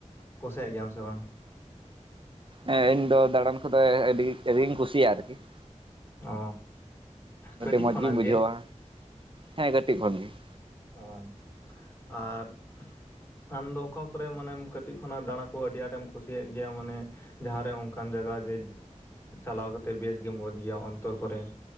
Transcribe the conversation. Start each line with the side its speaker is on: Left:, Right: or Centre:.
Left: ᱠᱩᱥᱤᱭᱟᱜ ᱜᱮᱭᱟᱢ ᱥᱮ ᱵᱟᱝ?
Right: ᱦᱮᱸ ᱤᱧ ᱫᱚ ᱫᱟᱲᱟᱱ ᱠᱚᱫᱚ ᱟᱹᱰᱤ ᱟᱹᱰᱤᱧ ᱠᱩᱥᱤᱭᱟᱜ ᱟᱨᱠᱤ ᱾
Left: ᱚ, ᱠᱟᱹᱴᱤᱡ
Right: ᱟᱹᱰᱤ ᱢᱚᱸᱡᱽ
Left: ᱠᱷᱚᱱᱟᱜ
Right: ᱜᱤᱧ ᱵᱩᱡᱷᱟᱹᱣᱟ
Left: ᱜᱮ
Right: ᱦᱮᱸ ᱠᱟᱹᱴᱤᱡ ᱠᱷᱚᱱ ᱜᱮ ᱾
Left: ᱚ ᱟᱨ ᱟᱢᱫᱚ ᱚᱠᱟ ᱠᱚᱨᱮ ᱢᱟᱱᱮᱢ ᱠᱟᱹᱴᱤᱡ ᱠᱷᱚᱱᱟᱜ ᱫᱟᱲᱟ ᱠᱚ ᱟᱹᱰᱤ ᱟᱸᱴ ᱮᱢ ᱠᱩᱥᱤᱭᱟᱜ ᱜᱮᱭᱟ ᱢᱟᱱᱮ, ᱡᱟᱦᱟ ᱨᱮ ᱚᱱᱠᱟᱱ ᱡᱟᱭᱜᱟ ᱡᱮ ᱪᱟᱞᱟᱣ ᱠᱟᱛᱮᱜ ᱵᱮᱥ ᱜᱮᱢ <unintelligible> ᱚᱱᱛᱚᱨ ᱠᱚᱨᱮ ᱾